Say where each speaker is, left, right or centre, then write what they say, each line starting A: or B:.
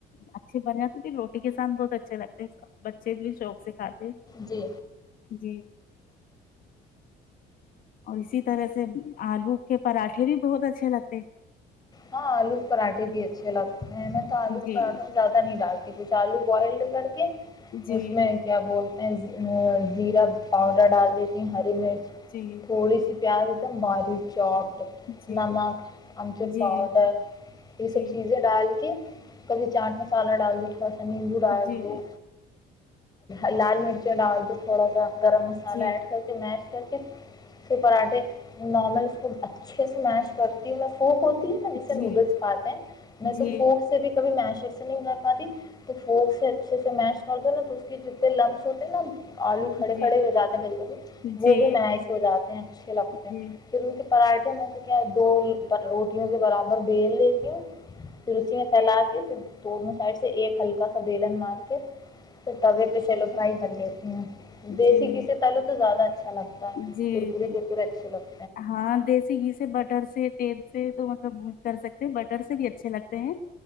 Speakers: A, on the left; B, on the left.
A: اچھے بن جات مجھے روٹی کے ساتھ بہت اچھے لگتے ہیں بچے بھی شوق سے کھاتے
B: جی
A: جی اور اسی طرح سے آلو کے پراٹھے بھی بہت اچھے لگتے
B: ہاں آلو کے پراٹھے بھی اچھے لگتے میں نے تو آلو کا
A: جی
B: پراٹھا زیادہ نہیں ڈالتی کچھ آلو بوائل لڑکے
A: جی
B: اس میں کیا بولتے زیرہ پاؤڈر ڈال دیتی ہوں ہری مرچ
A: جی
B: تھوڑ اسی پیا دی ہماری چپ
A: جی
B: ناماک ہمچ
A: جی
B: پاؤڈر یہ
A: جی
B: سب چیزیں ڈال کے کبھی چاٹ مسالہ ڈال دیتے تھوڑا سا نیمبو ڈال
A: جی
B: دو لال مرچ ڈال دو تھوڑا سا گرم مسالہ
A: جی
B: ایڈ کر کے میش کر <inaudible> سے پراٹھے نارملس کو اچھے سے میش کرتی ہوں میں پوک ہو میں جسے
A: جی
B: نوڈلس کھاتے ہیں میں
A: جی جی
B: تو فوک سے بھی کھی میش چس نہیں و پادی تو فوک سے اچھے سے میچ پتے نا تو اس کے جتنے لمس ہوتے نا آلو کھڑے
A: جی
B: کھڑے
A: جی
B: ہوے جاتے ہیں کبھی کبھی
A: جی
B: وہ بھی میش ہو جاتے ہیں اچھے لگتے
A: جی
B: ہیں پھر ان کے پراٹھے میں سے کیا ہے دو رو ٹیوں سے برابر بیل لیتی ہوں پھر اسی میں پھیلا کے پھر دونوں سائڈ سے ایک ہلک سا بیلن مارک پھر توے پہ چلو فرائی کرنے ہ <inaudible> دیسی
A: جی
B: گھسے تالو تو زیادہ اچھا لگتا ہے
A: جی
B: تا کرکریی
A: جی
B: کرکی اچھے لگتا
A: ہاں دیسی گھی سے بٹر سے تیل سے تو مطلب کر سکتے ہیں بٹر سے بھی اچھے لگتے ہیں